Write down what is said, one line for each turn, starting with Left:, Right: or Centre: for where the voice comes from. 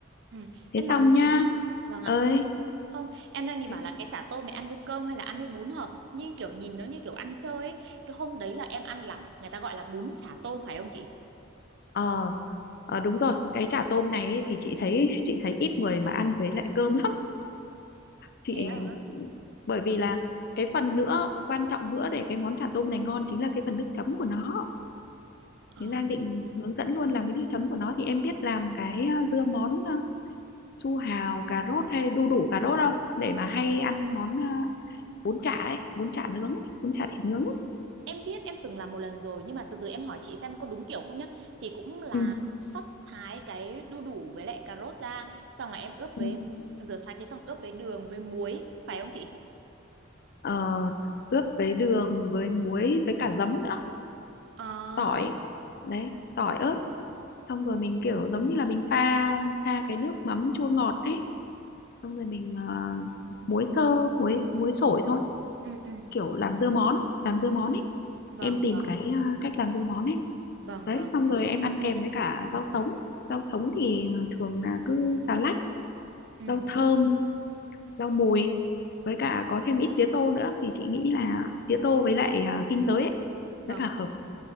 Right: ừ.
Left: thế
Right: Em bảo
Left: xong nhá
Right: vâng
Left: ơi
Right: ạ Không, em đang định
Left: thế,
Right: bảo là cái chả tôm này ăn với cơm hay là ăn với bún hợp Nhưng kiểu nhìn nó như kiểu ăn chơi ấy. Cái hôm đấy là em ăn là người ta gọi là bún chả tôm phải không chị?
Left: ờ ờ, đúng rồi cái chả tôm này ấy, thì chị thấy <laughs> chị thấy ít người mà ăn với lại cơm lắm chị
Right: Thế à?
Left: bởi vì là cái phần nữa quan trọng nữa để cái món chả tôm này ngon chính là cái phần nước chấm của nó
Right: Ờ.
Left: thì đang định hướng dẫn luôn làm cái nước chấm của nó thì em biết làm cái à, dưa món à, su hào cà rốt hay đu đủ cà rốt không để mà hay ăn món à, bún chả ấy bún chả nướng ấy, bún chả thịt nướng ấy.
Right: Em biết em từng làm một lần rồi nhưng mà từ từ em hỏi chị xem có đúng kiểu không nhá. Thì cũng là
Left: Ừ.
Right: sắp thái cái đu đủ với lại cà rốt ra xong là em ướp
Left: ừ.
Right: với rửa sạch đi xong ướp với đường với muối phải không chị?
Left: Ờ, ướp với đường với muối với cả giấm nữa
Right: À,
Left: tỏi đấy tỏi ớt xong rồi mình kiểu giống như là mình pha pha cái nước mắm chua ngọt đấy xong rồi mình ờ, muối sơ muối muối sổi thôi
Right: ừ ừ.
Left: kiểu làm dưa món làm dưa món ấy
Right: Vâng
Left: em tìm
Right: vâng
Left: cái ờ, cách làm dưa món ấy
Right: vâng
Left: đấy
Right: vâng.
Left: xong rồi em ăn kèm với cả rau sống rau sống thì thường là cứ xà lách
Right: Ừ
Left: rau thơm rau mùi với cả có thêm ít tía tô nữa thì chị nghĩ là tía tô với lại ờ, kinh tế ấy
Right: vâng
Left: rất là hợp